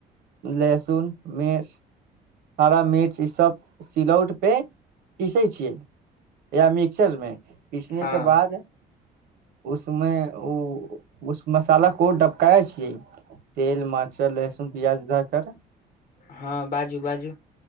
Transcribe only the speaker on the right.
लहसुन मिर्च हरा मिर्च ई सब सिलौट पे पीसे छियै या मिक्सचर मे पीसने
के बाद उसमे ओ उस मसाला को डबकाय छियै तेल मारचर लहसुन प्याज धऽ कर